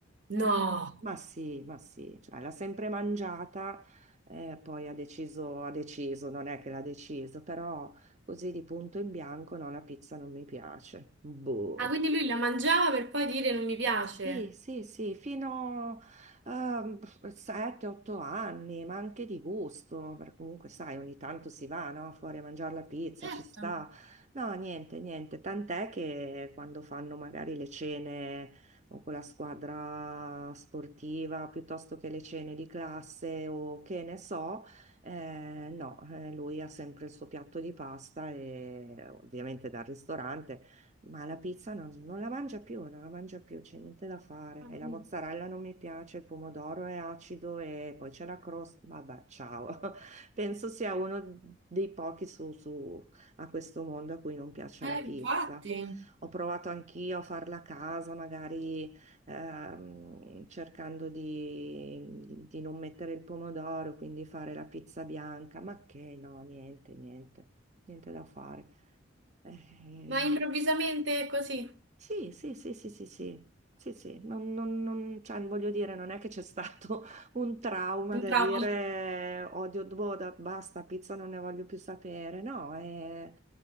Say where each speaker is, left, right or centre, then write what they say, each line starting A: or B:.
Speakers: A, on the right; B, on the right.
A: No.
B: Eh, Ma sì, ma sì, cioè, l'ha sempre mangiata, eh, poi ha deciso, ha deciso, non è che l'ha deciso, però così di punto in bianco no, la pizza non mi piace. Boh.
A: Ah, quindi lui la mangiava per poi dire non mi piace.
B: Sì, sì, sì, fino a 7-8 anni, ma anche di gusto, perché comunque sai, ogni tanto si va, no? Fuori a mangiare la pizza,
A: Certo.
B: ci sta. No, niente, niente, tant'è che quando fanno magari le cene o con la squadra sportiva, piuttosto che le cene di classe o che ne so, eh, no, eh, lui ha sempre il suo piatto di pasta e ovviamente dal ristorante. Ma la pizza non, non la mangia più, non la mangia più, c'è niente da fare.
A: Ah,
B: E la
A: vedi.
B: mozzarella non mi piace, il pomodoro è acido e poi c'è la crosta. Vabbè, ciao. <laughs> Penso sia uno dei pochi su, su- a questo mondo a cui non piaccia
A: Eh,
B: la pizza.
A: infatti.
B: Ho provato anch'io a farla a casa, magari ehm, cercando di, di non mettere il pomodoro, quindi fare la pizza bianca, ma che no, niente, niente, niente da fare. Eh,
A: Ma improvvisamente così.
B: sì, sì, sì, sì, sì, sì, sì, sì. Non, non- non- cioè, voglio dire, non è che c'è stato <laughs> un trauma
A: Un
B: da
A: trauma.
B: dire odio Doda, basta, pizza non ne voglio più sapere, no, è-